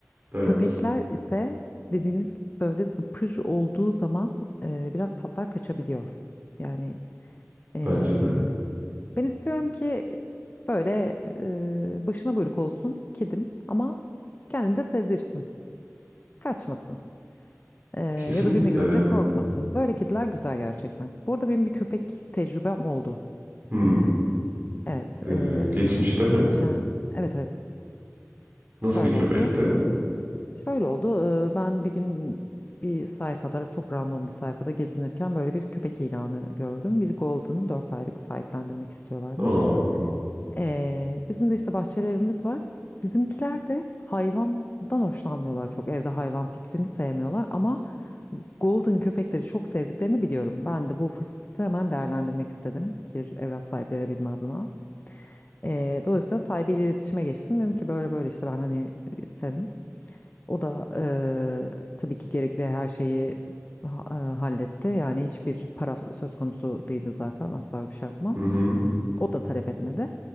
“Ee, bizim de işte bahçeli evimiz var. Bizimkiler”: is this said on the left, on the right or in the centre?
Left